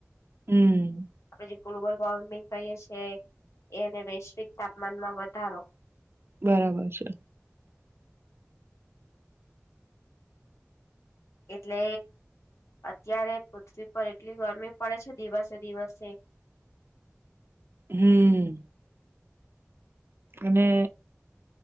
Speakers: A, on the right; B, on the left.
A: હમ
B: આપણે જે ગ્લોબલ વોર્મિંગ કહીએ છે એને વૈશ્વિક તાપમાનમાં વધારો
A: બરાબર છે.
B: એટલે અત્યારે પૃથ્વી પર એટલી ગરમી પડે છે. દિવસે દિવસે
A: હમ્મ અને